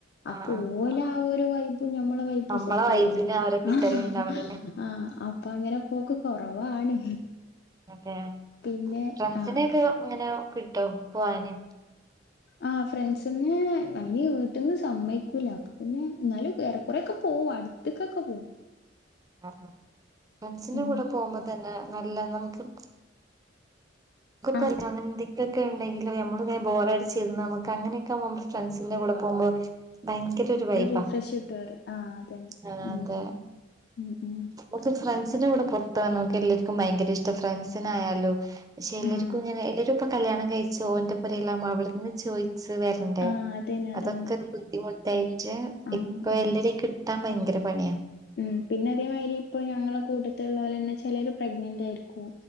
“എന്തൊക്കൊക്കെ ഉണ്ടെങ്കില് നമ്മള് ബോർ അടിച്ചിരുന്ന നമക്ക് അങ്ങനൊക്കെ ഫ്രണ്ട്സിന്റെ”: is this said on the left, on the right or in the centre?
Right